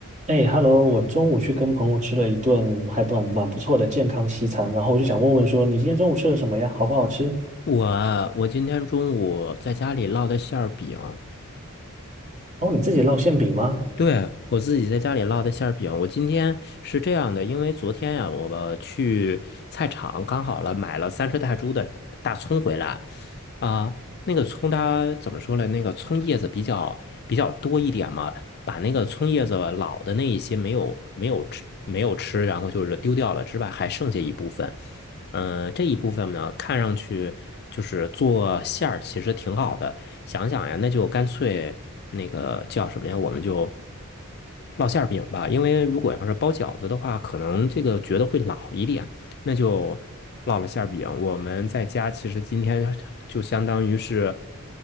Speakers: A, on the right; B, on the left.
A: 哎，Hello，我中午去跟朋友吃了一顿还蛮蛮不错的健康西餐，然后我就想问问说，你今天中午吃了什么呀？好不好吃？
B: 我啊我今天中午在家里烙的馅儿饼，
A: 哦，你自己烙馅饼吗？
B: 对，我自己在家里烙的馅儿饼。我今天是这样的，因为昨天呀、我去菜场刚好了买了三十泰铢的大葱回来，啊、那个葱它怎么说呢？那个葱叶子比较比较多一点嘛，把那个葱叶子老的那一些没有没有吃没有吃，然后就是丢掉了之外，还剩下一部分。嗯，呃这一部分呢，看上去就是做馅儿，其实挺好的。想想呀，那就干脆那个叫什么呀？我们就烙馅儿饼吧，因为如果要是包饺子的话，可能这个觉得会老一点，那就烙了馅儿饼。我们在家其实今天 <laughs> 就相当于是